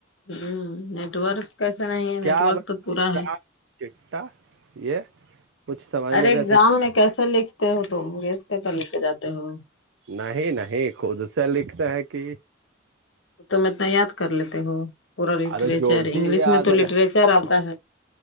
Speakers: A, on the left; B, on the right.
A: ہ نیٹ ورک کیسا نہیں ہے
B: کیا
A: نیٹورک
B: بتا
A: تو پورا
B: ایگزام
A: ہے
B: چٹا یہ کچھ سمجھ
A: ارے
B: نہیں رہے
A: ایگزام
B: تھے
A: میں کیسے لکھتے ہو تو گیس کے کر لکھ جاتے ہو
B: نہیں نہیں خود سےا لکھتا ہے کہ
A: تو میں اتنا یاد کر لیتے ہو پورا لٹریچر
B: ارے جو بھی
A: انگلش
B: یاد
A: میں تو لٹریچر آتا ہے